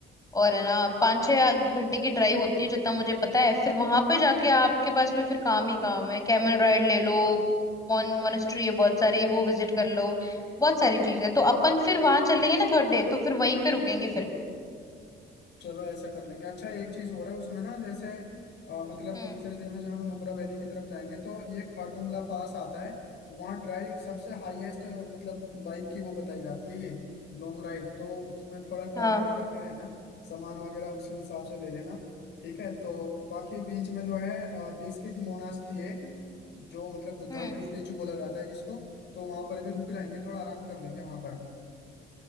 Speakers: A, on the left (about 15°); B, on the left (about 60°).
A: और है ना पाँच छह घंटे की ड्राइव होती है जितना मुझे पता है फिर वहां पे जाके आपके पास में फिर काम ही काम है कैमल राइड ले लो मॉन मोनेस्ट्री है बहुत सारी वो विजिट कर लो बहुत सारी चीजें तो अपन फिर वहां चलेंगे ना थर्ड डे तो फिर वहीं पे रुकेंगे फिर
B: चलो ऐसा कर लेंगे अच्छा एक चीज हो रहा है उसमें ना जैसे अ, मतलब
A: हम्म
B: तीसरे दिन में जब हम नुब्रा वैली की तरफ जाएंगे तो ये खारदुंगला पास आता है वहाँ ड्राइव सबसे हाईएस्ट मतलब बाइक की वो बताई जाती है ये लॉन्ग राइड तो उसमें थोड़ा टाइट
A: हाँ
B: होकर के रहना सामान वगैरह उसी हिसाब से ले लेना ठीक है तो बाकी बीच में जो है डिस्किट मोनास्ट्री एक जो मतलब बुद्धा
A: हम्म
B: का स्टेचू बोला जाता है जिसको तो वहां पर भी रुक जाएंगे थोड़ा आराम कर लेंगे वहां पर